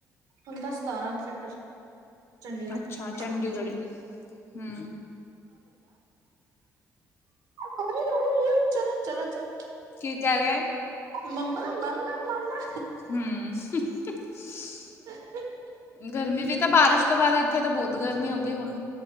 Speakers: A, on the right; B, on the left.
A: ਹੁਣ ਤਾਂ ਸਤਾਰਾਂ ਸੈਕਟਰ ਚੰਡੀਗੜ੍ਹ
B: ਅੱਛਾ ਚੰਡੀਗੜ੍ਹ ਹੂੰ!
A: ਹੋਲੀ-ਹੋਲੀ ਹੀ ਚਲੋ। ਚਲੋ! ਚਲੋ!
B: ਕੀ ਕਹਿ ਰਿਹਾ
A: ਮੰਮਾ! ਮੰਮਾ! ਮੰਮਾ
B: ਹੂੰ <inaudible>
A: <unintelligible> <inaudible>
B: ਗਰਮੀ ਵੀ ਤਾਂ ਬਾਰਿਸ਼ ਤੋਂ ਬਾਅਦ ਇੱਥੇ ਤਾਂ ਬਹੁਤ ਗਰਮੀ ਹੋ ਗਈ ਹੁਣ।